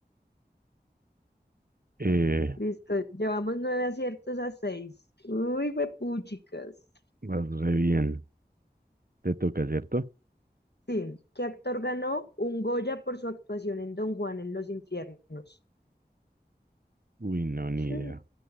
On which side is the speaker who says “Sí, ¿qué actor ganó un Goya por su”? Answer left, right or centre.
Left